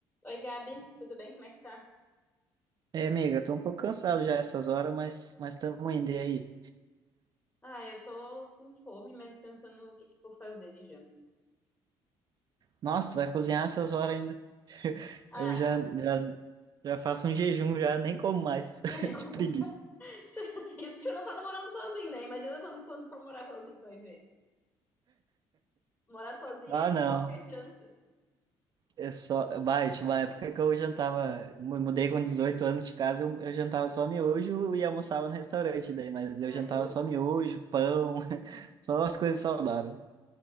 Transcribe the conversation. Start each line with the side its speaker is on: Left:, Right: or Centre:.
Left: Oi, Gabi, tudo bem? Como é que tá?
Right: É, amiga, tô um pouco cansado já essas horas, mas mas estamos indo e aí.
Left: Ah, eu tô com fome, mas pensando no que que eu vou fazer de janta.
Right: Nossa, tu vai cozinhar essas horas ainda. <laughs>
Left: Ah,
Right: Eu já, já já faço um jejum já, nem como mais
Left: <laughs>
Right: <laughs> de
Left: como...
Right: preguiça.
Left: Isso que você não tá namorando sozinho, né? Imagina quando, quando for morar sozinho, tu vai ver. Morar sozinho
Right: Ah,
Left: é pipoca
Right: não.
Left: e janta,
Right: É só, vai, tinha uma época que eu jantava, mu- mudei com 18 anos de casa, eu, eu jantava só miojo e almoçava no restaurante daí, mas
Left: né,
Right: eu jantava
Left: Rio?
Right: só miojo, pão, <laughs> só as coisas saudáveis.